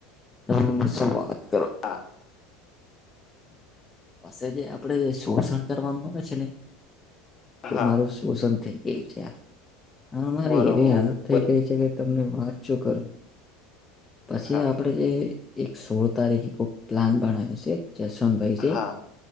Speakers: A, on the left; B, on the left.
A: તમે શું વાત કરો.
B: હા.
A: પાજે આપડે શોષણ કરવાનું આવે છે ને, એ
B: હા
A: મારું શોષણ થઈ ગયું છે, મારે
B: બરોબર
A: એવી આનંદ થઈ ગઈ છે કે તમને વાતચું કરું, પછી
B: હા
A: આપણેે જે એક સોળ તારીખ પ્લાન બણ્યો છે જશવંતભાઈ
B: હા